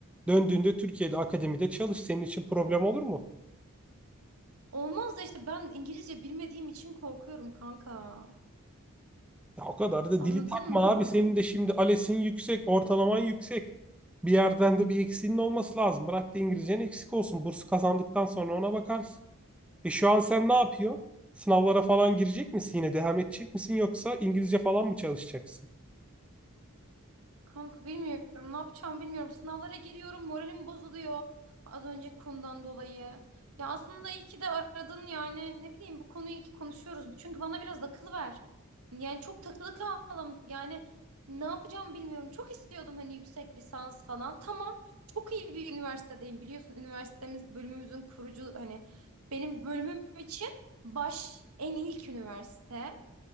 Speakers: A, in the centre; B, on the right.
A: Döndüğünde Türkiye'de akademide çalış. Senin için problem olur mu?
B: Olmaz da işte ben İngilizce bilmediğim için korkuyorum kanka.
A: Ya o kadar da
B: Anladın
A: dili takma
B: mı?
A: abi. Senin de şimdi ALES'in yüksek, ortalaman yüksek. Bir yerden de bir eksiğinin olması lazım. Bırak da İngilizcen eksik olsun. Burs kazandıktan sonra ona bakarsın. E şu an sen ne yapıyorsun? Sınavlara falan girecek misin yine? Devam edecek misin yoksa İngilizce falan mı çalışacaksın?
B: Kanka bilmiyorum ne yapacağım bilmiyorum. Sınavlara giriyorum moralim bozuluyor. Az önce konudan dolayı. Ya aslında iyi ki de aradın yani ne bileyim bu konuyu iyi ki konuşuyoruz. Çünkü bana biraz akıl ver. Yani çok takılı kaldım. Yani ne yapacağım bilmiyorum. Çok istiyordum hani yüksek lisans falan. Tamam çok iyi bir üniversitedeyim biliyorsun. Üniversitemiz bölümümüzün kurucu hani benim bölümüm için baş en ilk üniversite.